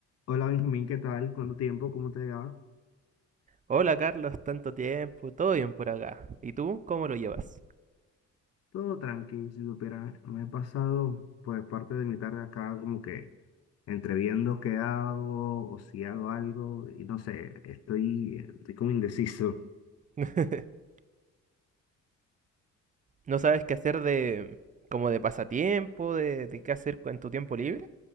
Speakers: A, on the left; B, on the right.
A: Hola Benjamín, ¿qué tal? ¿Cuánto tiempo? ¿Cómo te va?
B: Hola Carlos, tanto tiempo, todo bien por acá. ¿Y tú cómo lo llevas?
A: Todo tranqui, si supieras, me he pasado pues parte de mi tarde acá como que entre viendo qué hago o si hago algo y no sé, estoy, estoy como indeciso.
B: <laughs> ¿No sabes qué hacer de como de pasatiempo, de, de qué hacer en tu tiempo libre?